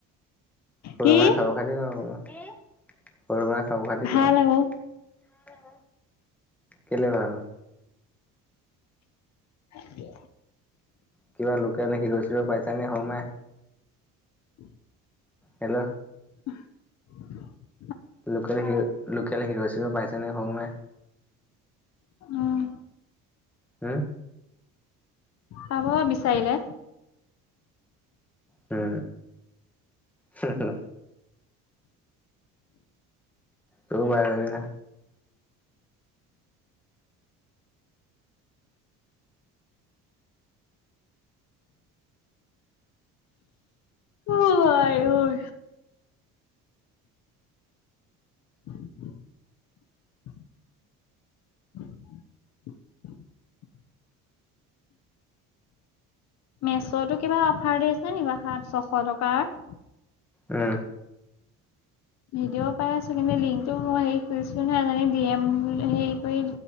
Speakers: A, in the centre; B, on the left (about 60°).
A: সৰুমাই
B: কি
A: খবৰ খাটি ক অকমান? কি? সৰুমাই খবৰ খাতি
B: ভাল
A: ক?
B: আকৌ
A: কেলে ভাল।
B: হে?
A: কিবা লোকেল হিৰ' চিৰ' পাইছা নে সৰু মাই
B: উম।
A: হেল্ল'।
B: <inaudible>
A: লোকেল হিৰ, লোকেল হিৰ-চিৰ পাইছে নে সৰু মাই?
B: আহ,
A: হা?
B: <inaudible> পাব বিচাৰিলে।
A: হা, হেহা। তোও পাই যাবি না?
B: উ, আইঐ <inaudible> মেচতো কিবা অফাৰ দিছে নি বা সাত -ছশ টকাৰ?
A: আ,
B: ভিডিঅ' পাই আছো কিন্তু লিংকটো মই হেই কৰিছো নহয়, এজনী ডি- এম হে কৰি